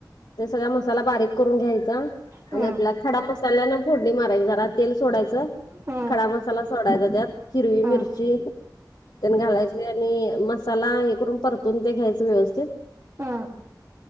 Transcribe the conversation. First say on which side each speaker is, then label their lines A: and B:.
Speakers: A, on the left; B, on the right.
A: ते सगळ मसाला बारीक करून घ्यायचा.
B: हं,
A: आणि आपल्या खडा मसाला ना फोडणी मारायची. जरा तेल सोडायचं.
B: हं, हं,
A: खडा मसाला सोडायचा त्यात, हिरवी
B: हं,
A: मिरची तेन घालायची आणि मसाला हे करून परतून ते घ्यायचे व्यवस्थित.
B: हा!